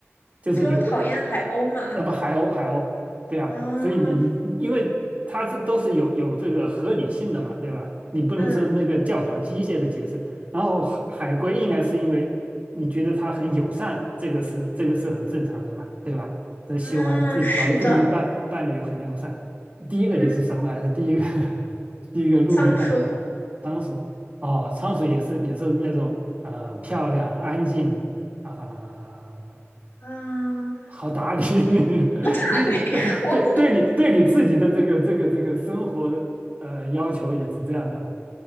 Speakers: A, on the right (about 35°); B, on the left (about 60°).
A: 就是你会
B: 你说我讨厌海鸥嘛？
A: 呃，不，海鸥，海鸥，对啊，
B: 啊，
A: 所以你你，因为它是都是有有这个合理性的嘛，对吧？你不能说那个教条机械的解释。
B: 嗯，
A: 然后海海龟应该是因为你觉得它很友善，这个是这个是很正常的嘛，对吧？这喜欢自己找到自己的伴伴侣很友善。
B: 啊，是的，
A: 第一个就是什么来着？
B: 嗯，
A: 第一个 <laughs> 第一个陆地上的
B: 仓鼠，
A: 仓鼠，哦，仓鼠也是也是那种呃漂亮安静啊、
B: 嗯，
A: 好打理，<laughs>
B: <laughs>
A: 但是对对对你对你自己的这个这个这个生活的呃要求也是这样的嘛。
B: 我